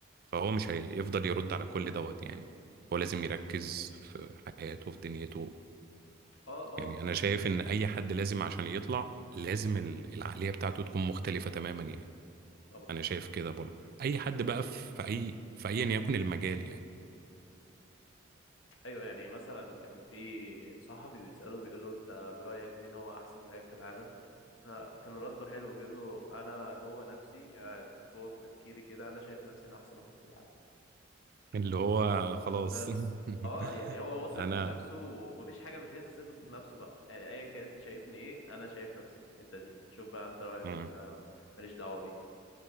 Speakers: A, on the right (about 50°); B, on the left (about 80°).
A: فهو مش هيفضل يرد على كل دوت يعني هو لازم يركز في حياته في دنيته
B: اه اه
A: يعني أنا
B: يعني
A: شايف إن أي حد لازم عشان يطلع لازم ال- العقلية بتاعته تكون مختلفة تماما يعني
B: طبعا
A: أنا شايف كده برضه أي حد بقى في أي في أيا يكن المجال يعني
B: ايوه يعني مثلا كان في صحفي بيسأله بيقول له انت برأيك مين هو احسن لاعب في العالم آه، كان رده حلو بيقول له انا جوه نفسي يعني جوه في تفكيري كده انا شايف نفسي انا احسن واحد في العالم
A: اللي هو خلاص
B: بس اه
A: <laughs>
B: يعني هو واثق
A: انا
B: من نفسه ومفيش حاجة بتهز ثقته في نفسه بقى يعني ايا كان انت شايفني ايه انا شايف نفسي في الحتة دي شوف بقى انت رأيك
A: مم.
B: انت ماليش دعوة بيه